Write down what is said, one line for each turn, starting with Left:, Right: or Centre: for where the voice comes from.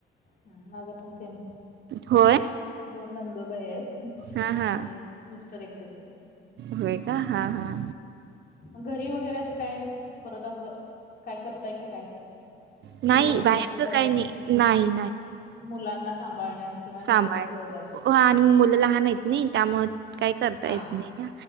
Left: हम्म माझ पण सेम.
Right: होय
Left: दोन नंदोबाई आहेत
Right: हा हा
Left: आणि मिस्टर एकटेच आहेत.
Right: होय का हां हां
Left: घरी वगैरे अस काय परत अस काय करताय की काय?
Right: नाही
Left: गृहउद्योग
Right: बाहेरचं
Left: टाईप
Right: काही
Left: अस
Right: नाही नाही
Left: मुलांना सांभाळण्यात. किंवा ह्याच्यातच
Right: सांभाळण्यात
Left: वेळ जातो
Right: आणि मुलं लहान आहेत नाही त्यामुळे काही करता
Left: हा
Right: येत नाही ना